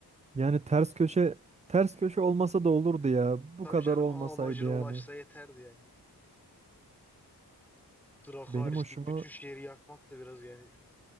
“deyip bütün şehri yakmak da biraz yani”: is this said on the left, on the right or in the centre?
Centre